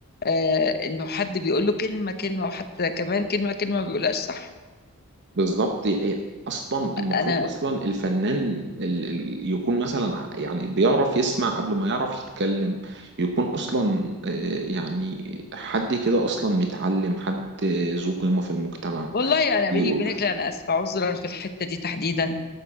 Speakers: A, on the left; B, on the right.
A: آه، انه حد بيقول له كلمه كلمه وحتى كمان كلمه كلمه ما بيقولهاش صح
B: بالظبط هي اصلا المفروض
A: انا
B: اصلا الفنان ال... ال... يكون مثلا ع- يعني بيعرف يسمع قبل ما يعرف يتكلم يكون اصلا آه، يعني حد كده اصلا متعلم حد ذو قيمه في المجتمع
A: والله انا
B: يقول-
A: بيني وبينك لا انا اسفه عذرا في الحته دي تحديدا